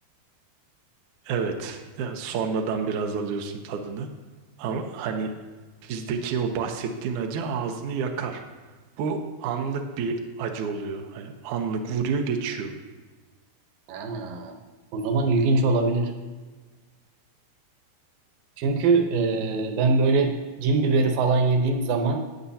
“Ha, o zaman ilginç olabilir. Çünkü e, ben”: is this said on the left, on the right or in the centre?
Right